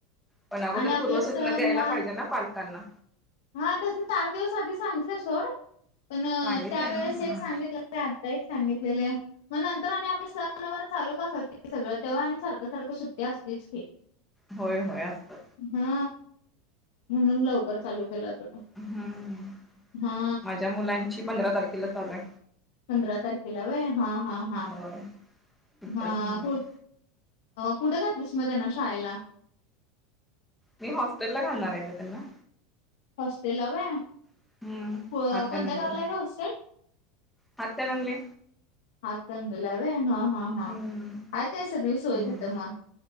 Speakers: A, in the centre; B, on the left.
A: पण अगोदर
B: आणि आपले
A: पूर्व
B: सण
A: सूचना द्यायला
B: वार
A: पाहिजे ना पालकांना
B: हा तस चार दिेवस आधी सांगितलंय सोड पण
A: सांगितलंय
B: त्यावेेळेस
A: ना हा
B: एक सांगितलेलं आणि आता एक सांगितलेलं मग नंतर आणि आपले सणवार चालूच असतात कि सगळं तेव्हा आणि सारखं सारखं सुट्टी असतेच कि <inaudible>
A: होय होय असतात.
B: हा म्हणून लवकर चालू केला होता तो
A: हम्म
B: हा
A: माझ्या मुलांची पंधरा तारखेला चालूय.
B: पंधरा तारखेला व्हय हा हा हा.
A: होय पुढच्या
B: हा
A: सोमवारी
B: कु कुठ घातलीस मग त्यांना शाळेला?
A: मी हॉस्टेल ला घालणार आहे का त्यांना
B: हॉस्टेला व्हय.
A: हम्म
B: को
A: हात्यानंगलेला
B: कोणत्या गावाला हाय गं हॉस्टेल?
A: हात्यानंगले
B: हातकणंगलेला हाय व्हय. हा हा हा
A: हम्म
B: हाय काय सगळी सोय तिथं
A: हा
B: मग